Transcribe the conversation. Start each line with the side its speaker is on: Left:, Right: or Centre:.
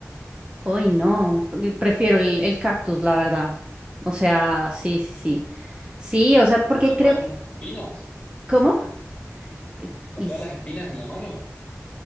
Right: Uy, no, pre- prefiero el, el cactus, la verdad. O sea, sí, sí, sí. Sí, o sea, porque
Left: ¿Con
Right: creo
Left: todas las
Right: que...
Left: espinas?
Right: ¿Cómo? Es-
Left: ¿Con
Right: y
Left: todas
Right: s-
Left: las espinas en la mano?